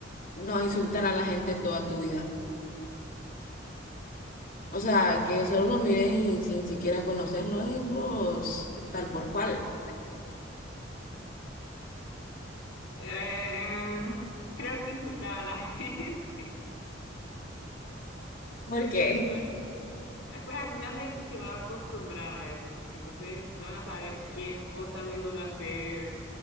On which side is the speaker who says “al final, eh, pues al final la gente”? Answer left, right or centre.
Left